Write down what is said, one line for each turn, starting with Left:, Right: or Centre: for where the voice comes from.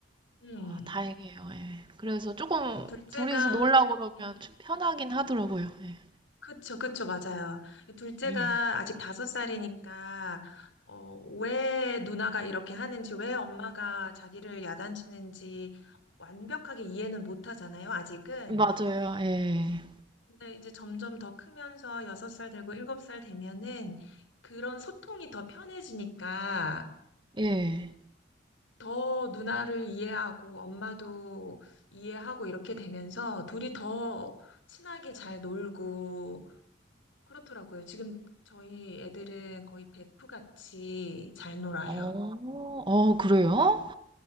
Left: 음.
Right: 아, 다행이에요. 예. 그래서 조금
Left: 둘째가,
Right: 둘이서 놀라 그러면
Left: 음,
Right: 좀 편하긴 하더라고요. 예.
Left: 그쵸, 그쵸, 맞아요. 둘째가
Right: 음.
Left: 아직 다섯 살이니까, 어, 왜 누나가 이렇게 하는지, 왜 엄마가 자기를 야단치는지 완벽하게 이해는 못 하잖아요, 아직은.
Right: 맞아요. 예.
Left: 근데 이제 점점 더 크면서 여섯 살 되고 일곱 살 되면은 그런 소통이 더 편해지니까
Right: 예.
Left: 더 누나를 이해하고 엄마도 이해하고 이렇게 되면서 둘이 더 친하게 잘 놀고 그렇더라고요. 지금 저희 애들은 거의 베프같이 잘 놀아요.
Right: 어, 어, 어, 그래요?